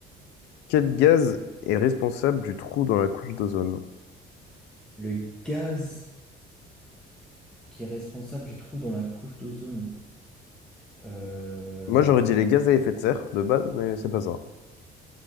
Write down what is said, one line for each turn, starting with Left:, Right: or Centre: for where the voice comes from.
Left: Quel gaz est responsable du trou dans la couche d'ozone?
Centre: Le gaz qui est responsable du trou dans la couche d'ozone. Euh,
Left: Moi, j'aurais dit les gaz à effet de serre de base, mais c'est pas ça.